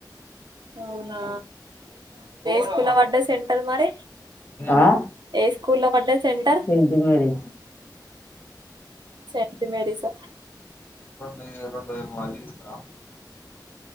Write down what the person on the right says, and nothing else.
అవునా స్కూడ సెంటర్ మరి
ఏ స్కూ లోడ సెంట
స